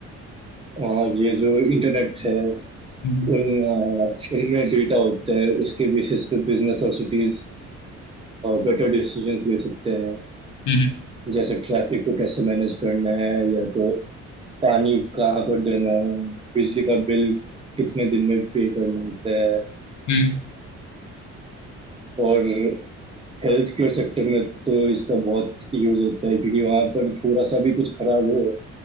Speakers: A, on the right; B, on the left.
A: अ, ये जो इंटरनेट है
B: हम्म,
A: उन अ, उनमें डेटा होता है उसके बेसिस पे बिजनेस और सिटीज बेटर डिसीजंस ले सकते हैं
B: हम्म,
A: जैसे ट्रैफिक को कैसे मैनेज करना है या तो पानी कहाँ पर देना है बिजली का बिल कितने दिन में पे करना होता है
B: हम्म,
A: और हेल्थ केयर सेक्टर में तो इसका बहुत यूज होता है क्योंकि वहां पर थोड़ा सा भी कुछ खराब हो